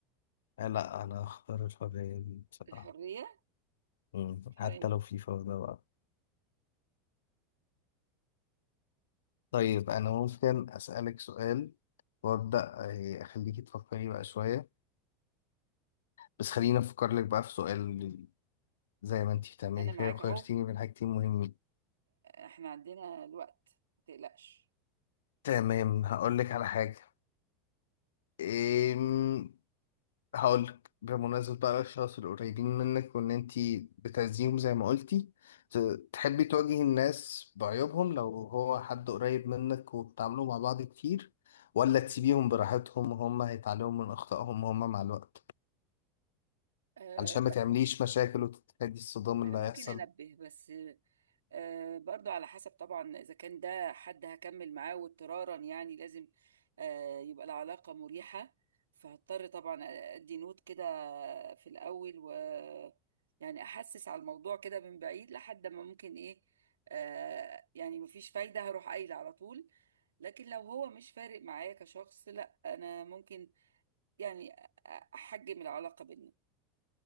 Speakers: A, on the left (about 70°); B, on the right (about 80°).
A: آه، لا أنا هختار الحرية دي بصراحة
B: الحرية
A: م، حتى
B: تمام
A: لو في فوضى بقى. طيب أنا ممكن أسألك سؤال وأبدأ آه، أخليكي تفكري بقى شوية بس خليني أفكر لك بقى في سؤال زي ما أنتي بتعملي
B: أنا معاك
A: كده وخيرتيني
B: أهو
A: بين حاجتين مهمين
B: احنا عندنا الوقت ما تقلقش
A: تمام هقول لك على حاجة إيم... هقول لك بمناسبة بقى الأشخاص القريبين منك وإن أنتي بتعزيهم زي ما قلتي ت- تحبي تواجهي الناس بعيوبهم لو هو حد قريب منك وبتعاملوا مع بعض كتير ولا تسيبيهم براحتهم وهم هيتعلموا من أخطائهم وهم مع الوقت
B: أه
A: علشان
B: لا
A: ما تعمليش مشاكل وتتفادي الصدام
B: أنا
A: اللي
B: ممكن
A: هيحصل
B: أنبه بس آه، برضو على حسب طبعا إذا كان ده حد هكمل معاه واضطرارا يعني لازم آه، يبقى العلاقة مريحة فهضطر طبعا أدي نوت كده في الأول و يعني أحسس على الموضوع كده من بعيد لحد ما ممكن إيه آه، يعني مفيش فايدة هروح قايلة على طول لكن لو هو مش فارق معايا كشخص لا أنا ممكن يعني أ- أحجم العلاقة بينا